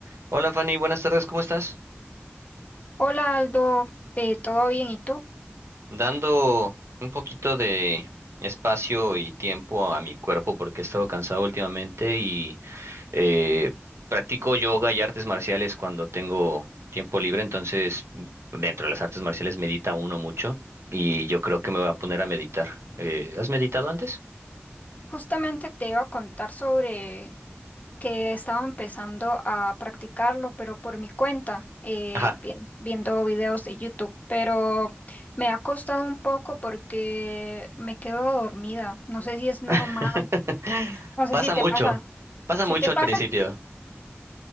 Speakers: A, on the right; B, on the left.
A: Hola Fanny, buenas tardes, ¿cómo estás?
B: Hola Aldo, eh, ¿todo bien? ¿Y tú?
A: Dando un poquito de espacio y tiempo a mi cuerpo porque he estado cansado últimamente y eh, practico yoga y artes marciales cuando tengo tiempo libre, entonces bu- dentro de las artes marciales medita uno mucho y yo creo que me voy a poner a meditar. Eh, ¿has meditado antes?
B: Justamente te iba a contar sobre que estaba empezando a practicarlo, pero por mi cuenta, eh,
A: Ajá.
B: vi- viendo videos de YouTube, pero me ha costado un poco porque me quedo dormida. No sé si es normal,
A: <laughs>
B: no sé
A: Pasa
B: si te
A: mucho,
B: pasa,
A: pasa
B: si
A: mucho
B: te pasa
A: al principio.